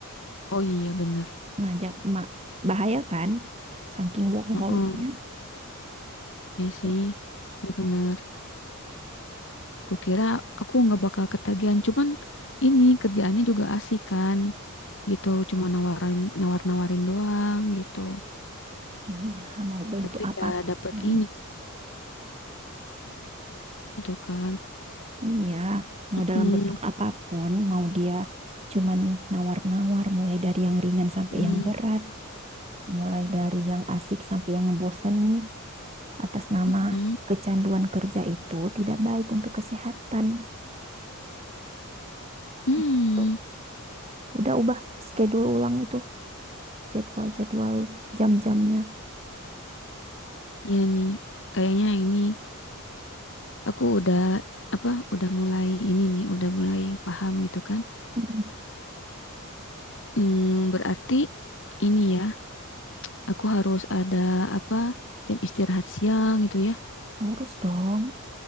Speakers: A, on the left (about 60°); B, on the right (about 30°).
A: oh iya bener
B: Nah, ja, ma- bahaya kan, saking workaholicnya.
A: Heeh. iya sih
B: Ya,
A: iya bener Kukira aku nggak bakal ketagihan, cuman ini kerjaannya juga asik kan, gitu. Cuma nawarin nawar-nawarin doang gitu.
B: iya, mau bentuk
A: Tapi
B: apapun.
A: ya dapat ini gitu kan.
B: Iya, mau
A: Mm-mm,
B: dalam bentuk apapun, mau dia cuman nawar-nawar, mulai dari yang ringan sampai
A: mm-mm,
B: yang berat, mulai dari yang asik sampai yang ngebosenin, atas nama
A: mm-mm,
B: kecanduan kerja itu tidak baik untuk kesehatan.
A: mm.
B: Itu udah ubah schedule ulang itu, jadwal-jadwal jam-jamnya.
A: Iya nih, kayaknya ini aku udah apa? Udah mulai ini nih, udah mulai paham gitu kan.
B: Mm,
A: Hmm, berarti ini ya, aku harus ada apa? Jam istirahat siang gitu ya.
B: Harus dong,